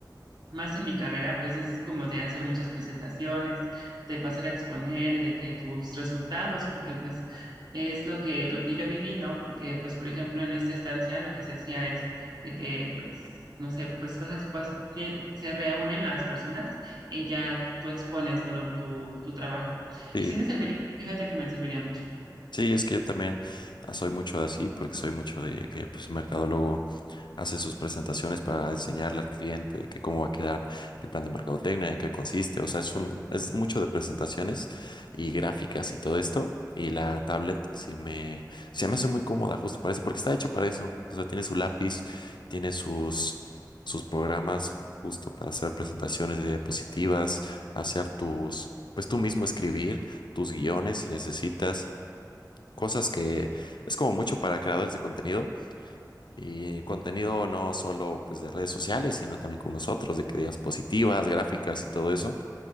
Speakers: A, on the right; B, on the left.
A: más en mi carrera, pues es como de hacer muchas presentaciones, de pasar a exponer y de que tus resultados, porque pues es lo que, lo que yo viví, ¿no? Porque pues, por ejemplo, en esta estancia lo que se hacía es de que pues... No sé, pues vas a expo- tie- se reúnen las personas y ya tú expones, ¿no? lo- tu, tu trabajo.
B: sí.
A: Y sí me serviría, fíjate que me serviría mucho.
B: Sí, es que yo también ah, soy mucho de así, porque soy mucho de que pues, el mercadólogo hace sus presentaciones para enseñarle al cliente que cómo va a quedar el plan de mercadotecnia, en qué consiste. O sea, es un, es mucho de presentaciones y gráficas y todo esto. Y la tablet sí me, se me hace muy cómoda justo para eso, porque está hecho para eso. O sea, tiene su lápiz, tiene sus, sus programas justo para hacer presentaciones de diapositivas, hacer tus, pues tú mismo escribir tus guiones si necesitas cosas que es como mucho para creadores de contenido y contenido no solo pues de redes sociales, sino también con nosotros, de que diapositivas, gráficas y todo eso.